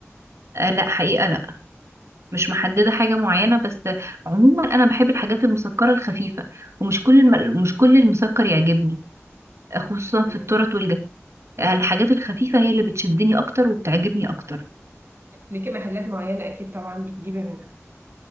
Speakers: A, on the right; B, on the right.
A: آه لا حقيقه لا مش محدده حاجه معينه بس عموما انا بحب الحاجات المسكره الخفيفه ومش كل الم... مش كل المسكر يعجبني خصوصا في
B: امم
A: التورت الحاجات الخفيفة هي اللي بتشدني أكتر وبتعجبني أكتر
B: ليكي محلات معينة اكيد طبعا بتجيبي منها